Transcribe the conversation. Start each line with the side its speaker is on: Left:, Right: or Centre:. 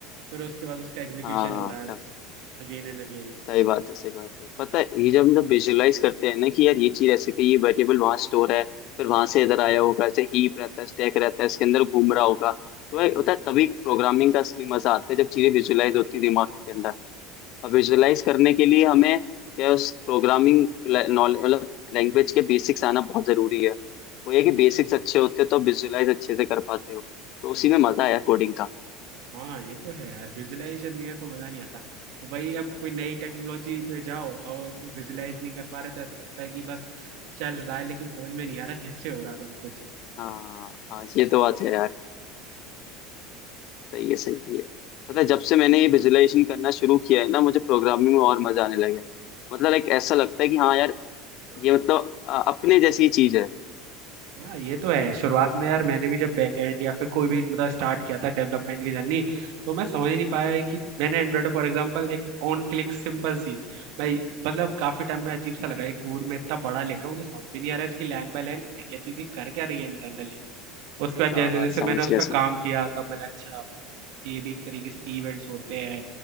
Right: फिर उसके बाद उसका एग्जीक्यूशन
Left: हाँ हाँ
Right: हो रहा है
Left: हाँ,
Right: अगेन एंड अगेन
Left: सही बात है सही बात है पता है ये जब हम जब विजुअलाइज करते हैं ना कि यार ये चीज ऐसे कि ये वेरिएबल वहां स्टोर है फिर वहां से इधर आया होगा ऐसे हीप रहता है स्टैक रहता है इसके अंदर घूम रहा होगा तो भाई
Right: हम्म,
Left: होता है तभी प्रोग्रामिंग का असली मजा आता है जब चीजें विजुअलाइज होती है दिमाग
Right: हाँ
Left: के अंदर और विजुअलाइज करने के लिए हमें क्या उस प्रोग्रामिंग नॉलेज मतलब लैंग्वेज के बेसिक्स आना बहुत जरूरी है वो ये कि
Right: हम्म,
Left: बेसिक्स अच्छे होते तो विजुअलाइज अच्छे से कर पाते हो तो उसी में मजा आया कोडिंग का
Right: हाँ ये तो है यार विजुलाइजेशन नहीं है तो मजा नहीं आता तो भाई अब कोई नई टेक्नोलॉजी पे जाओ और उसमें विजुलाइज नहीं कर पा रहे तो ऐसा लगता है कि बस चल रहा है लेकिन समझ में नहीं आ रहा कैसे हो रहा है सब
Left: हाँ हाँ ये तो बात है यार सही है सही है पता है जब से मैंने ये विजुअलाइजेशन करना शुरू किया है ना मुझे प्रोग्रामिंग में और मजा आने लगा है। मतलब एक ऐसा लगता है कि हाँ यार
Right: कुछ
Left: ये मतलब अ, अपने जैसी ही चीज है
Right: हाँ ये तो है शुरुआत में यार मैंने भी जब बैकएंड या फिर कोई भी मतलब स्टार्ट किया था डेवलपमेंट की जर्नी तो मैं समझ ही नहीं पाया कि मैंने एंड्रॉइड फॉर एग्जांपल एक ऑन क्लिक सिंपल चीज मैं मतलब काफी टाइम में अजीब सा लगा ये कोड में इतना बड़ा लिख रहा हूँ मुझे समझ भी नहीं आ रहा है इसकी लाइन बाय लाइन है क्या चीज ये कर क्या रही है इंटरनली उसके बाद जैसे
Left: हाँ हाँ
Right: जैसे
Left: समझ
Right: मैंने उस
Left: गया
Right: पर
Left: समझ
Right: काम
Left: गया
Right: किया तब मैंने अच्छा ये भी एक तरीके से इवेंट्स होते हैं